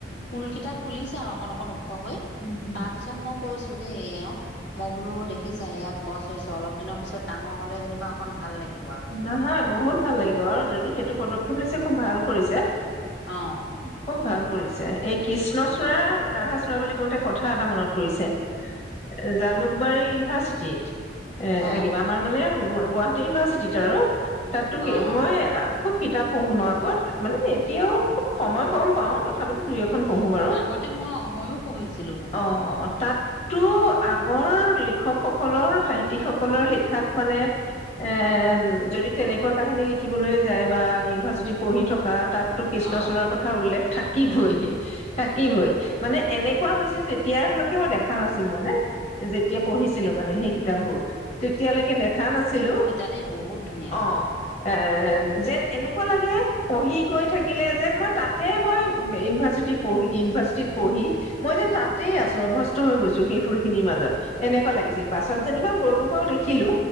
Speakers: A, on the left; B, on the left.
A: ফুল কেইটা ফুলিছে আৰু অকন, অকণ ওখ হৈ
B: উম উম
A: তাৰ পিছ তাত মই কৈছো দেই এওক বোলো দেখিছা, এয়া গছ হৈছে অলপ দিনৰ পিছত ডাঙৰ হ'লে যেনিবা অকণ ভাললাগিব
B: নহয় বহুত ভাল লাগিব, আৰু যদি সেইটো পদক্ষেপ লৈছে খুব ভাল কৰিছে।
A: অঁ।
B: খুব ভাল কৰিছে। এই কৃষ্ণচূড়া ৰাধাচূড়া বুলি কওঁতে কথা এটা মনত পৰিছে
A: <inaudible>
B: জালুকবাৰী ইউনিভাৰ্চিটিত,
A: অ
B: এ কিবা আমাৰ মানে গুৱাহাটী ইউনিভাৰ্চিটিত <unintelligible> তাতো কি
A: অ
B: মই
A: অ
B: খুব কিতাপ পঢ়ো ন আগত, মানে এতিয়াও খুব সময় কম পাও তথাপিতো দুই - এ খন পঢ়ো বাৰু।
A: আগতে মই ময়ো পঢ়িছিলো বহুত
B: অ তাত তো আগৰ লেখকসকলৰ সাহিত্যিকসকলৰ লিখাত মানে এ যদি তেনেকুৱা কাহিনী লিখিবলৈ যায় বা ইউনিভাৰ্চিটিত পঢ়ি থকা তাতো কৃষ্ণচুড়াৰ
A: অ
B: কথা কথা উল্লেখ থাকিবই থাকিবই। মানে এনেকুৱা হৈছিল তেতিয়ালৈকে মই দেখা নাছিলো মানে যেতিয়া পঢ়িছিলো মানে সেই কিতাপবোৰ, তেতিয়ালৈকে দেখা নাছিলো
A: তাতে বহুত ধুনীয়া
B: অ। এ যেন এনেকুৱা লাগে, পঢ়ি গৈ থাকিলে যেন মই তাতে মই ইউনিভাৰ্চিটিত পঢ়ি ইউনিভাৰ্চিটিত পঢ়ি, মই যেন তাতেই আছো অভ্যস্ত হৈ গৈছো সেই ফুল খিনিৰ মাজত এনেকুৱা
A: অ
B: লাগিছিল পাছত যেনিবা গলো বাৰু দেখিলো,